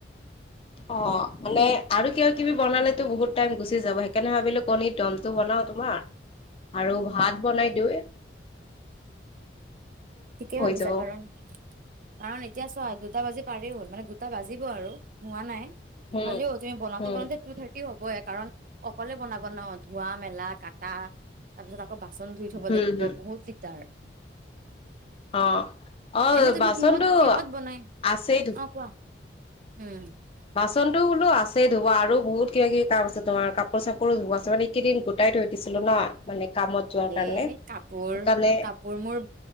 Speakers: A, on the left (about 30°); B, on the right (about 45°).
A: অ। মানে আৰু কিবা কিবি বনালেতো বহুত টাইম গুচি যাব সেইকাৰণে ভাবিলো কণী দমটো বনাও তোমাৰ। আৰু ভাত বনাই দিওঁ।
B: <unintelligible> ঠিকেই ভাবিছা
A: যাব
B: কাৰণ কাৰণ এতিয়া চোৱা। দুটা বাজি পাৰেই হ'ল মানে দুটা বাজিব আৰু হোৱা নাই।
A: উম
B: হলেও তুমি বনাওঁতে
A: উম
B: বনাওঁতে টু থাৰ্টি হ'বই কাৰণ। অকলে বনাব নোৱাৰ ধোৱা মেলা কাটা। তাৰ পিছত আকৌ বাচন ধুই থব
A: হম
B: লাগিব
A: হম
B: বহুত দিগদাৰ।
A: অ অ
B: এনে তুমি
A: বাচনটো
B: কিহত কিহত বনাই
A: আছেই ধু
B: অ কোৱা। উম।
A: বাচনতো বোলো আছে ধবা আৰু বহুত কিবা কিব কাম আছে তোমাৰ কাপোৰ চাপোৰো ধুব আছে মানে কেইদিন গোটাই থৈ দিল ছিলো ন মানে। কামত যোৱাৰ
B: এ
A: কাৰণে
B: কাপোৰ
A: সেইকাৰণে
B: কাপোৰ মোৰ